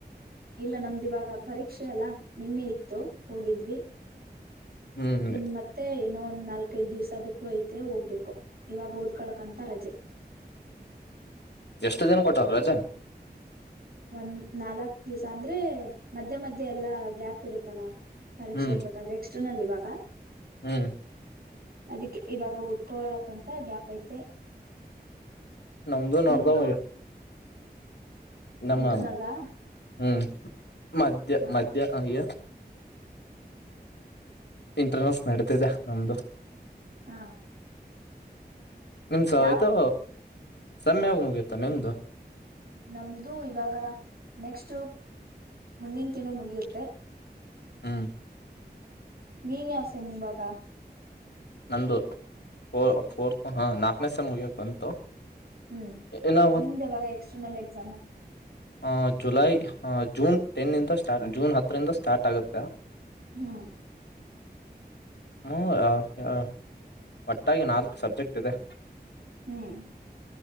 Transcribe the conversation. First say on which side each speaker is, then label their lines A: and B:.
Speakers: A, on the right; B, on the left.
A: ಇಲ್ಲ ನಮ್ದಿವಾಗ ಪರೀಕ್ಷೆ ಅಲ್ಲಾ ನಿನ್ನೆ ಇತ್ತು ಹೋಗಿದ್ವಿ.
B: ಹ್ಮ್
A: ಇನ್ ಮತ್ತೆ ಇನ್ನೊಂದ ನಾಲ್ಕೈದ್ ದಿವ್ಸ ಬಿಟ್ಟು ಐತೆ ಹೋಗ್ಬೇಕು ಇವಾಗ ಓದ್ಕಳಕಂತ ರಜೆ.
B: ಎಷ್ಟು ದಿನ ಕೊಟ್ಟವರೆ ರಜಾ.
A: ಒಂದ್ ನಾಲ್ಕ್ ದಿವ್ಸ ಅಂದ್ರೆ ಮಧ್ಯೆ ಮಧ್ಯೆ ಎಲ್ಲಾ ಗ್ಯಾಪ್ ಇರುತ್ತಲ್ಲಾ. ಪರೀಕ್ಷೆ
B: ಹ್ಮ್
A: ಇರ್ಬೇಕಾದ್ರೆ ಲ್ಲಿ ಇವಾಗ
B: ಹ್ಮ್.
A: ಅದಕ್ಕೆ ಇವಾಗ ಓದ್ಕಳಕಂತ ಗ್ಯಾಪ್ ಐತೆ.
B: ನಮ್ದು ನೋಡತಾವಯ್ಯ
A: ನಿಮ್ದು
B: ನಮ್ಮ
A: ಇಂಟರ್ನಲ್ಲಾ
B: ಹಾಂ ಹ್ಮ್. ಮಧ್ಯ
A: ಹಾ
B: ಮಧ್ಯ ಈ ಇಂಟರ್ನೆಲ್ಸ್ ನಡೀತಿದೆ ನಮ್ದು.
A: ಹಾ.
B: ನಿಮ್ಸ
A: ಯಾವ
B: ಐಯ್ತು. ಸೆಮ್ ಯಾವಾಗ್ ಮುಗಿಯುತ ನಿಮ್ದು?
A: ನಮ್ದು ಇವಾಗ ನೆಕ್ಸ್ಟ್ ಮುಂದಿನ್ ತಿಂಗಳು ಮುಗಿಯುತ್ತೆ.
B: ಹ್ಮ
A: ನೀನ್ ಯಾವ್ ಸೆಮ್ ಇವಾಗ?
B: ನಂದು ಹೋ ಫೋರ್ತ್ ಹ ನಾಲ್ಕನೇ ಸೆಮ್ ಮುಗಿಯೋಕ್ ಬಂತು.
A: ಹ್ಮ್
B: ಇನ್ನ
A: ನಿಮ್ದು ಯಾವಾಗ ಎಕ್ಸ್ಟರ್ನಲ್ ಎಕ್ಸಾಮು?
B: ಆ ಜುಲೈ ಆ ಜೂನ್ ಟೆನ್ ಇಂದ ಸ್ಟಾರ್ಟ್ ಜೂನ್ ಹತ್ತರಿಂದ ಸ್ಟಾರ್ಟ್ ಆಗುತ್ತೆ.
A: ಹ್ಮ್
B: ಹ್ ಯಾ ಹ ಒಟ್ಟಾಗಿ ನಾಲ್ಕು ಸಬ್ಜೆಕ್ಟ್ ಇದೆ.
A: ಹ್ಮ್